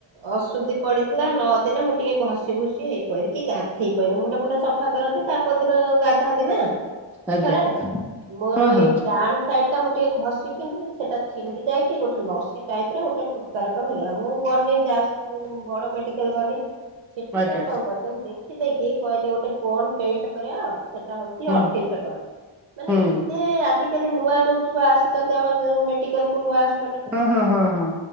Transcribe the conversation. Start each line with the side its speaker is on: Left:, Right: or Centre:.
Right: ଅସୁଧି ପଡିଥିଲା ନଅ ଦିନେ ମୁଁ ଟିକେ ଘସିି ଖୁସି ଭୁସି ହେଇପାଇଲି କି ଗାଧ ହେଇ ପାରନି ମୁଣ୍ଡ ଫୁଣ୍ଡା ସଫା କରନ୍ତି ତା ପରଦିନ ଗାଧାନ୍ତି ନା।
Centre: ଆଜ୍ଞା
Right: ଥରେ ମୋର
Centre: ହଁ ହଁ
Right: ଏଇ ଡାଣ ସାଇଡ ଟା ମୁଁ ଟିକେ ଘଷି ପିନ୍ଧି ସେଟା ଛିଣ୍ଡି ଯାଇି ଗୋଟେ ନର୍ସି ଟାଇପରେ ଗୋଟେ ଫୁଟ କାରକମ ହେଇଗଲା ମୁଁ ଗନି ଯାଜପୁର ବଡ ମେଡିକାଲ ଗନି। ସେଠି
Centre: ଆଜ୍ଞା
Right: ତାର କଣ କୁ ଦେଖିଦେଇକି କହିଲେ ଗୋଟେ କଣ ଟେଷ୍ଟ କରିବା ସେଟା ହଉଛି
Centre: ହୁଁ
Right: ଅଠେଇଶହ ଟଙ୍କା ମାନେ
Centre: ହୁଁ
Right: ଏତେ ଆଜିକାଲି ନୂଆ ଯୋ ଛୁଆ ଆସିଛନ୍ତି ଆମରଉ ମେଡିକାଲକୁୁ ନୂଆ ଆସ
Centre: ହୁଁ ହୁଁ ହୁଁ ହଁ।